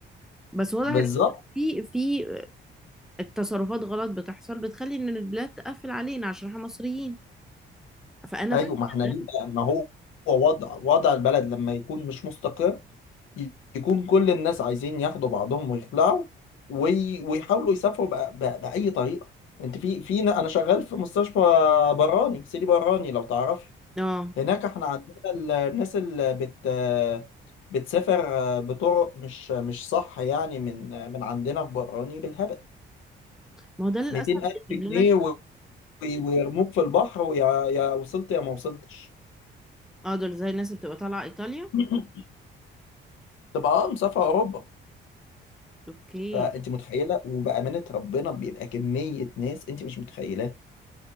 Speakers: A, in the centre; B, on the left.
A: بس واضح
B: بالظبط
A: ان في في تصرفات غلط بتحصل بتخلي ان البلاد تقفل علينا عشان احنا مصريين فانا
B: ايوه
A: فاهمه
B: ما احنا
A: ده
B: ليه بقى ما هو هو وضع وضع البلد لما يكون مش مستقر يكون كل الناس عايزين ياخدوا بعضهم ويخلعوا وي... ويحاولوا يسافروا بأ... بأ... بأي طريقة انت في في ن- انا شغال في مستشفى براني سيدي براني لو تعرفي
A: اه
B: هناك احنا عندنا ال- الناس اللي بت بتسافر بطرق مش مش صح يعني من من عندنا في براني بالهبل
A: ما هو ده للاسف
B: 200 ألف
A: بيجيب
B: جنيه
A: لنا
B: و- ويرموك في البحر ويا يا وصلت يا ما وصلتش
A: اه دول زي الناس اللي بتبقى طالعه ايطاليا
B: <laughs> تبقى اه مسافر أوروبا
A: اوكي
B: فانت متخيله وبامانه ربنا بيبقى كميه ناس انت مش متخيلاها